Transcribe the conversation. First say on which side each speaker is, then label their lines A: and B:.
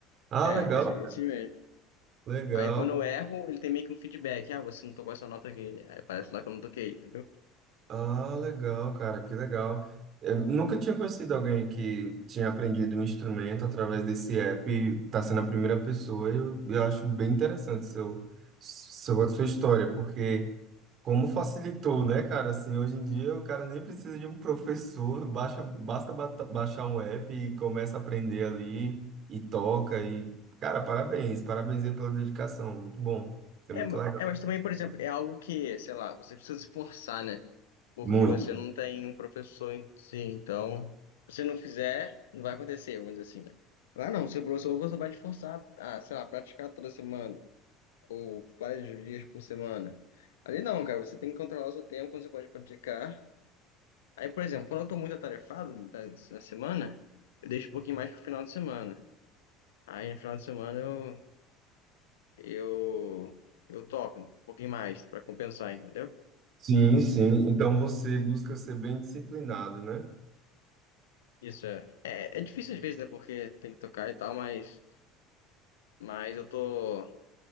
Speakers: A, on the right; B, on the left.
A: Ah,
B: É,
A: legal,
B: esse, esse
A: cara.
B: mesmo.
A: legal.
B: Aí quando eu erro, ele tem meio que um feedback. Ah, você não tocou essa nota aqui. Aí parece lá que eu não toquei, entendeu?
A: Ah, legal, cara, que legal. Eu nunca tinha conhecido alguém que tinha aprendido um instrumento através desse app, tá sendo a primeira pessoa. Eu, eu acho bem interessante seu, sua, sua história, porque Como facilitou, né, cara? Assim, hoje em dia o cara nem precisa de um professor, baixa, basta bata- baixar um app e começa a aprender ali e toca e, cara, parabéns, parabéns aí pela dedicação, muito bom, isso é
B: É,
A: muito
B: ma-
A: legal.
B: é, mas também, por exemplo, é algo que, sei lá, você precisa se forçar, né? Porque
A: Muito.
B: você não tem um professor em si, então, se você não fizer, não vai acontecer, vamos dizer assim, né? Lá não, seu professor você vai te forçar a, sei lá, praticar toda semana, ou vários dias por semana. Ali não, cara, você tem que controlar o seu tempo quando você pode praticar. Aí, por exemplo, quando eu tô muito atarefado da, da semana, eu deixo um pouquinho mais pro final de semana. Aí no final de semana eu, eu, eu topo um pouquinho mais pra compensar, entendeu?
A: Sim, sim. Então você busca ser bem disciplinado, né?
B: Isso é. É, é difícil às vezes, né? Porque tem que tocar e tal, mas, mas eu tô,